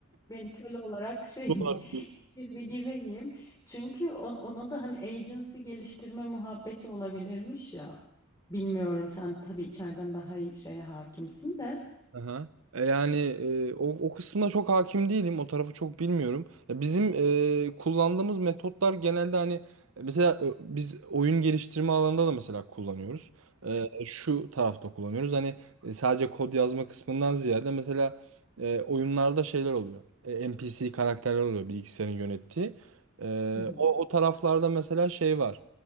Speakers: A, on the left; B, on the right.
A: beni köle olarak şey
B: yapsınlar.
A: mi <laughs> içeri bir gireyim. Çünkü on- ona da hani agency geliştirme muhabbeti olabilirmiş ya. Bilmiyorum sen tabii içeriden daha iyi şeye hakimsin de.
B: Aha. E, Yani e, o, o kısmına çok hakim değilim. O tarafı çok bilmiyorum. Ya bizim e, kullandığımız metotlar genelde hani e, mesela e, biz oyun geliştirme alanında da mesela kullanıyoruz. E, şu tarafta kullanıyoruz. Hani e, sadece kod yazma kısmından ziyade mesela e, oyunlarda şeyler oluyor. E, NPC karakterler oluyor bilgisayarın yönettiği. E,
A: Hı hı.
B: o, o taraflarda mesela şey var.